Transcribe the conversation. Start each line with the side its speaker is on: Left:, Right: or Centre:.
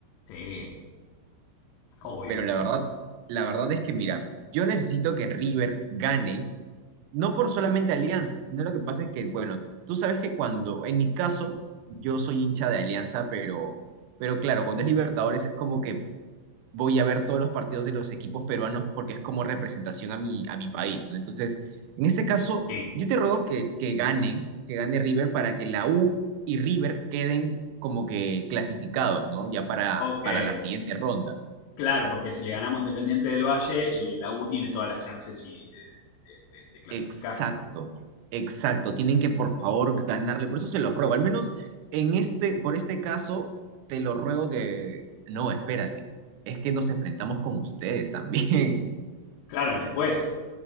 Left: Sí, obvio.
Right: Pero la verdad, la verdad es que, mira, yo necesito que River gane, no por solamente Alianza, sino lo que pasa es que, bueno, tú sabes que cuando, en mi caso, yo soy hincha de Alianza, pero, pero claro, cuando es Libertadores es como que voy a ver todos los partidos de los equipos peruanos porque es como representación a mi, a mi país, ¿no? Entonces, en este caso,
Left: Sí,
Right: yo te ruego que, que ganen, que gane River para que la U y River queden como que clasificados, ¿no? Ya para,
Left: ok.
Right: para la siguiente ronda.
Left: Claro, porque si le ganamos Independiente del Valle, eh, la U tiene todas las chances y, eh, de, de- de clasificar.
Right: Exacto, exacto. Tienen que, por favor, ganarle. Por eso se los ruego. Al menos en este, por este caso, te lo ruego que. No, espérate. Es que nos enfrentamos con ustedes también.
Left: Claro, después